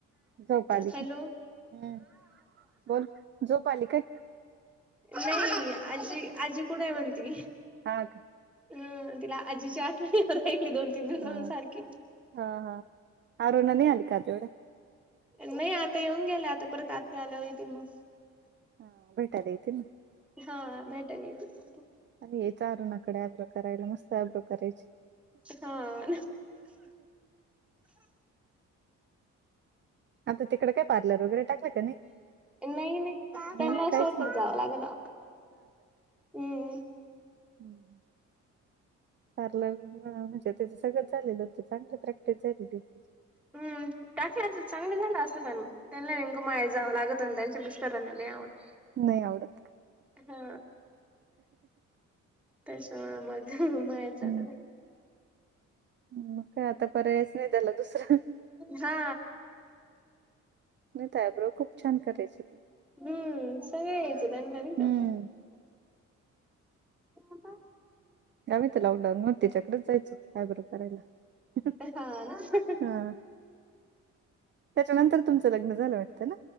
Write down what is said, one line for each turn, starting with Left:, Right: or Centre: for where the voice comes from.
Right: झोप आली
Centre: हॅलो.
Right: की हम्म बोल झोप आली काय
Centre: नाही, आजी, आजी कुठ आहे म्हणती.
Right: हा का
Centre: अ तिला आजीची आठवण हो येऊ राहिली दोन. तिन
Right: हा
Centre: जाऊन सारखी.
Right: हा हा अरुणा नाही आली का तेवढ्या
Centre: नाही आता येऊन गेले आता परत आत्या आल्यावर येतील मग.
Right: हा भेटायला येते ना.
Centre: हा भेटायला येते मग
Right: आणि हेच आवरानात. कडे आभ्र करायला मस्त आब्रो करायची.
Centre: हा
Right: आता तिकड काय पार्लर वगैरे टाकलं का नाही?
Centre: नाही, नाही त्यांना
Right: नाही काहीच
Centre: शेतच
Right: नाही.
Centre: जावं लागलं ना. हम्म
Right: हम् पार्लर म्हणजे त्याच सगळं झालेलं होत चांगली प्रॅक्टिस झालेली होती.
Centre: हम्म, काकी अस चांगलं झालं असं प मग ते निम्म मळ्यात जाव लागत त्यांंच्या मिस्टराना नाही आवडत
Right: नाही आवडत का?
Centre: हा तस मग, मळ्यात जातं
Right: हम्म
Centre: का?
Right: मग काय आता पर्यायच नाही त्याला दुसरा
Centre: हा
Right: नाहीतर आब्रो खूप छान करायची ती.
Centre: हम्म सगळ यायचं त्यांन नवीन
Right: हम्म.
Centre: काय? <unintelligible>
Right: गावी तर लॉकडाऊन मग तिच्याकडेच जायचो अब्रो करायला.
Centre: हा ना
Right: हा, त्याच्यानंतर तुमचं लग्न झालं वाटतं ना.